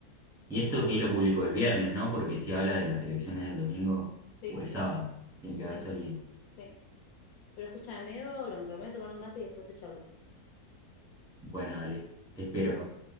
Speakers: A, in the centre; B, on the left (about 70°).
A: Y esto que lo publicó el viernes, ¿no? Porque si habla de las elecciones del domingo
B: Sí,
A: o el sábado, tiene que haber
B: sí,
A: salido.
B: sí. Pero escúchame, medio bronca, me voy a tomar un mate y después te charlo.
A: Bueno, dale, te espero.